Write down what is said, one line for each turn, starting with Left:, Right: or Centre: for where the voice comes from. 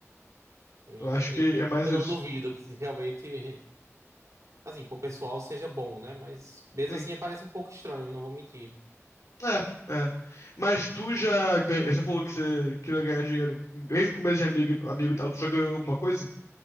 Right: Eu,
Left: Eu acho que
Right: eu,
Left: é mais
Right: eu
Left: isso.
Right: não duvido que realmente, assim, pro pessoal seja bom, né? Mas mesmo
Left: Sim.
Right: assim parece um pouco estranho, não vou mentir.
Left: É, é. Mas tu já ganha, você falou que você queria ganhar dinheiro. Mesmo com mês de amigo, amigo e tal, tu já ganhou alguma coisa?